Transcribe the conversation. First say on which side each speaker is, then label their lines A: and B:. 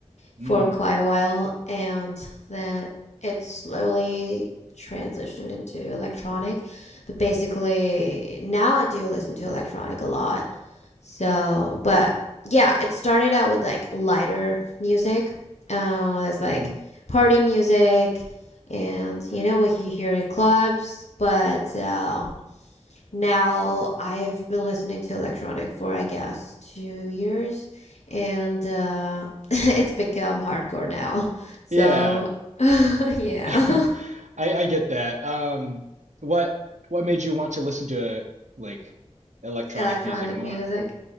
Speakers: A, on the right; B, on the left.
A: Mm,
B: for quite a while, and then it slowly transitioned into electronic. But basically, now I do listen to electronic a lot. So, but yeah, it started out with like lighter music. Uh, that's like
A: hmm
B: party music and you know what you hear in clubs. But uh, now I've been listening to electronic for I guess two years and uh, <laughs> it's become hardcore now. So,
A: Yeah,
B: <laughs> yeah,
A: <laughs> I I get that. Um, what what made you want to listen to like electronic
B: <laughs> electronic
A: music more?
B: music.